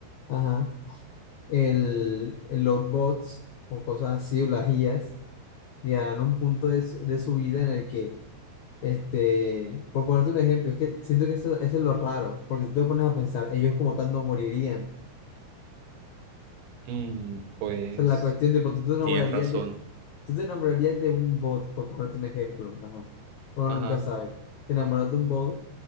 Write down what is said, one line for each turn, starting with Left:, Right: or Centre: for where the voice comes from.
Left: Ajá. El, el- los bots o cosas así, o las IAs, llegarán a un punto de su, de su vida en el que Este, por ponerte un ejemplo, es que siento que eso, eso es lo raro, porque si tú te pones a pensar, ellos como tanto morirían.
Right: Mm, pues
Left: O sea, la cuestión de, pues, tú te enamorarías
Right: tienes razón.
Left: de, tú te enamorarías de un bot, por ponerte un ejemplo, ajá. Uno
Right: Ajá,
Left: nunca sabe. Te enamoras de un bot